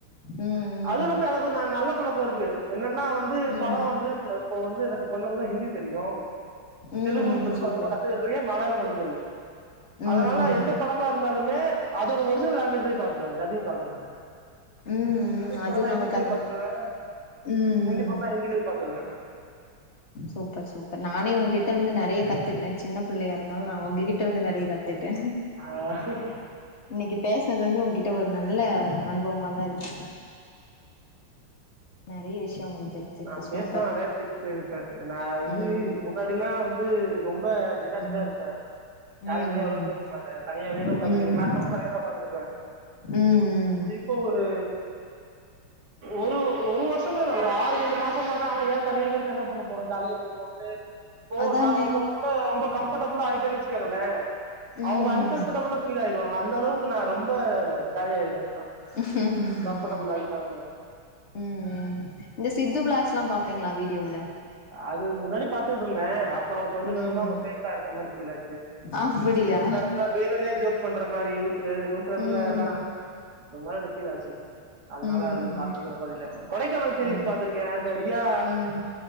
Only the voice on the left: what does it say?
ம் ம்
ம்
ம்
ம்
சூப்பர்
ம்
ம்
ம் ம்
அதுவு
நமக்கு
அந்த
ம்
ம்
சூப்பர் சூப்பர் நானே உங்ககிட்ட இருந்து நெறைய கத்துக்கிட்டே சின்ன பிள்ளையா இருந்தாலு நா உங்ககிட்ட இருந்து நெறைய கத்துக்கிறே
இன்னைக்கி பேசினது வந்து உங்கி ட்ட ஒரு நல்ல அனுபவமாதா இருக்கு நெறைய விஷயோ உங்களுக்கு தெரிஞ்சிருக்கு
சூப்பர்
ம்
ம்
ம்
ம்
ம்
ம்
அதானே
ம்
ம்
<inaudible>
ம் இந்த சித்து வ்ளாக்ஸ்லா பாப்பீங்களா வீட் ட்யூல
ம்
அப்டியா
ம்
ம்
ம்
ம்